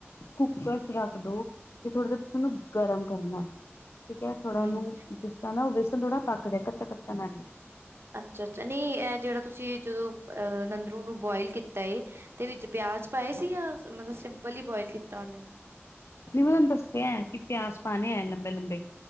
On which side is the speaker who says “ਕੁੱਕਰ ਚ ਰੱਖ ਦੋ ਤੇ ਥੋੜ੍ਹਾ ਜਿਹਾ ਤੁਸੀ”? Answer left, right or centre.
Left